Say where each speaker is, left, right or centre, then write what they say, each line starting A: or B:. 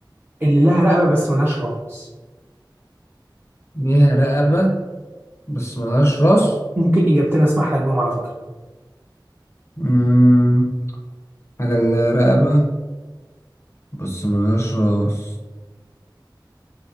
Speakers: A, on the right; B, on the left.
A: اللي لها رقبه بس ملهاش رأس
B: ليها رقبة بس ملهاش راس
A: ممكن اجابتين اسمح لك بيهم على فكره
B: مم، حاجة اللي لها رقبة بس ملهاش راس